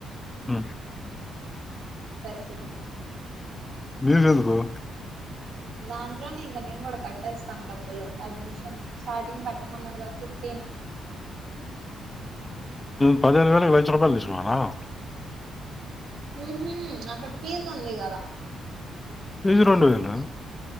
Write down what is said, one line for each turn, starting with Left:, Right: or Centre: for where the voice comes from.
Left: ఆ
Right: పసి కేంద్రం
Left: నీకేందుకు
Right: దాంట్లోనే ఇంక నేను కూడా కట్టేస్ డబ్బులు అడ్మిషన్ స్టార్టింగ్ కట్టమన్నారు కదా ఫిఫ్టీన్
Left: పదిహేను వేలకు లక్షం రూపాయలు తీసుకున్నావ
Right: ఉహ అక్కడ ఫీజ్ ఉంది కదా
Left: ఇది రెండు వేలనా